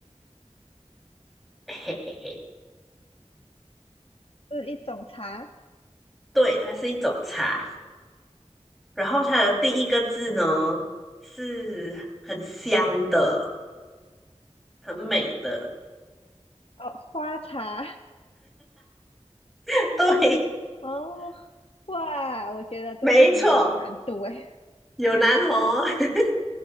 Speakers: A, in the centre; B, on the left (about 55°).
A: <laughs> 嘿嘿嘿，
B: 是一种茶，
A: 对，它是一种茶。然后它的第一个字呢是很香的，很美的。
B: 哦，花茶，
A: <laughs> 对，
B: 哦，哇，我觉得这个真的有难度诶。
A: 没错，有南红。<laughs>